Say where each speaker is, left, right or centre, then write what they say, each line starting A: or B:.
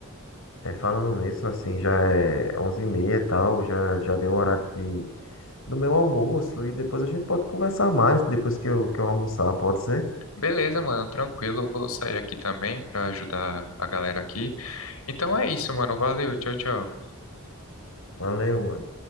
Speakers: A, on the left (about 65°); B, on the left (about 80°).
A: É, falando nisso, assim, já é onze e meia e tal, já, já deu o horário de, do meu almoço e depois a gente pode conversar mais, depois que eu, que eu almoçar, pode ser?
B: Beleza, mano, tranquilo. Eu vou sair aqui também pra ajudar a galera aqui. Então é isso, mano. Valeu. Tchau, tchau.
A: Valeu, mano.